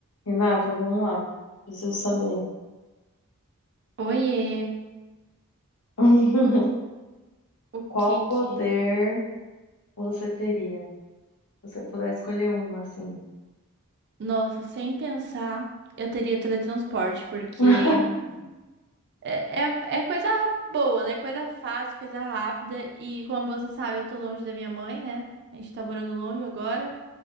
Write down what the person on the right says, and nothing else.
Oiê,
o que
que...
Nossa, sem pensar, eu teria teletransporte, porque
é, é, é coisa boa, né? Coisa fácil, coisa rápida. E como você sabe, eu tô longe da minha mãe, né? A gente tá morando longe agora.